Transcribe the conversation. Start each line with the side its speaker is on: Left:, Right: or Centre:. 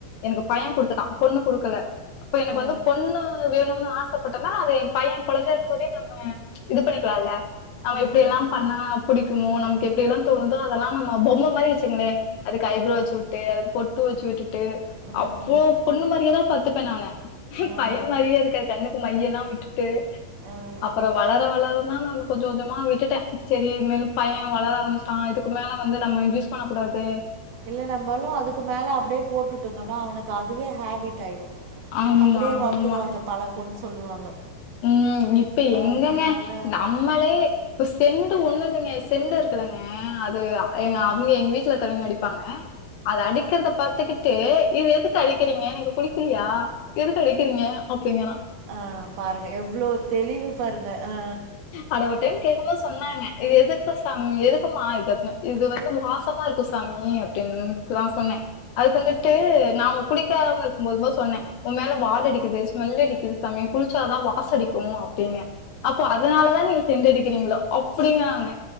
Left: எனக்கு பைய குடுத்துட்டா பொண்ணு குடுக்கல அப்ப எனக்கு
Right: ஆ.
Left: வந்து பொண்ணு வேணும்ன்னு ஆசப்பட்டனா அது ஏ பைய கொழந்தயாருக்கு பொதே நம்ம இது பண்ணிக்கலால்ல நம்ம
Right: ம்.
Left: எப்டில்லா பண்ணா புடிக்குமோ
Right: ம்.
Left: நமக்கு எப்டில்லா தோணுதோ அதெல்லா நம்ம பொம்ம மாரி வெச்சுங்களே அதுக்கு ஐ ப்ரோ வெச்சு உட்டு அதுக் பொட்டு வெச்சு உட்டுட்டு
Right: ம்.
Left: அவ்ளோ பொண்ணு மாரியேதா பாத்துப்பே நா அவன பையன்
Right: அ.
Left: மாரியே இருக்காது கண்ணுக்கு மையெல்லா விட்டுட்டு
Right: ஆ.
Left: அப்பறோ வள வளர வளரதா நா கொஞ்சொ கொஞ்சொமா விட்டுட்டே செரி இதுக் மேல் பைய வளர ஆரம்பிச்சுட்டா இதுக்கு மேல வந்து நம்ம கிஷ் பண்ணக்கூடாது
Right: இல்ல நம்பாலு அதுக்கு மேல அப்டியே போட்டு விட்டுருந்தனா அவனுக்கு அதுவே ஹேபிட் ஆய்டு
Left: ஆமா,
Right: அப்புடியே வந்துரு
Left: ஆமா.
Right: அந்த பழக்கொன்னு சொல்லுவாங்க
Left: ம் இப்ப எங்கெங்க
Right: அதனால்
Left: நம்மளே இப்ப செண்டு ஒன்னு நீங்க செண்டு இரு கில்லெங்க அது அ ஏ அவுங்க எங்க வீட்ல இருக்கிறவெங்க அடிப்பாங்க அது அடிக்கெறத பாத்துக்கிட் ட்டு இது எதுக்கு அடிக்கெறீங்க நீங்க குளிக்கலியா எதுக்கு அடிக்கெறீங்க அப்டிங்கறா
Right: ஆ பாருங்க எவ்ளோ தெளிவு பாருங்க ஆ
Left: அட ஒரு டைம் கேக்கும்போது சொன்னாங்க இது எதுக்கு சாம் எதுக்குமா இது அப்ன்னு இது வந்து வாசமா இருக்கு சாமி அப்டின்னு நா சொன்னே அதுக்கு வந்துட்டு நாம குளிக்காம இருக்கும் போது போது சொன்னே ஊம்மேல வாட அடிக்குது ஸ்மெல் அடிக்குது சாமி குளிச்சாதா வா வாசடிக்கு அப்டின்னே அப்போ அதனாலதா நீங்க சென்டடிக்கிறீங்களா அப்பிடிங்கறாங்க